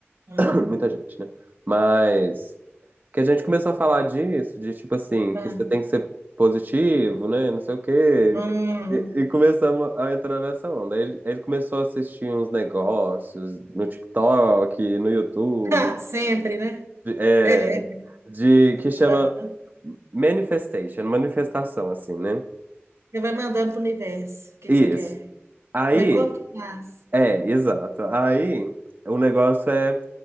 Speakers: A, on the right; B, on the right.
A: ah,
B: <coughs> <clears throat> Muita gente, né? Mas que a gente começou a falar disso, de tipo assim,
A: ah,
B: que você tem que ser positivo, né, não sei o quê.
A: hum.
B: E, e começamos a entrar nessa onda. Aí Ele, ele começou a assistir uns negócios no TikTok, no YouTube,
A: <laughs> Ah, sempre, né?
B: de- é,
A: É.
B: de que chama
A: Ah.
B: manifestation, manifestação, assim, né?
A: Você vai mandando para o universo o que
B: Isso.
A: que você quer.
B: Aí
A: Mas como que faz?
B: É, exato. Aí o negócio é.